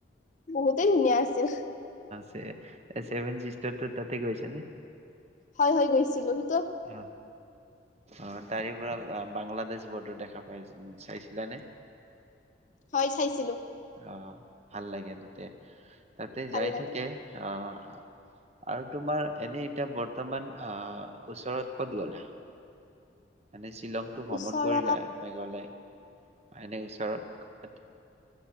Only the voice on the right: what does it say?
চেভন চিষ্টাৰটো তাতে গৈছে নে
অ অ তাৰে বাংলাদেশ বৰ্ডাৰ দেখা পাই চাইছিলানে
আহ ভাল লাগে তাতে। তাতে
যাই
থাকে আহ। আৰু তোমাৰ এনেই এতিয়া বৰ্তমান আহ ওচৰত ক'ত গ'ল। হয় শ্বিলংটো ভ্ৰমণ
কৰিলা মেঘালয় এনে ওচৰত। তাত।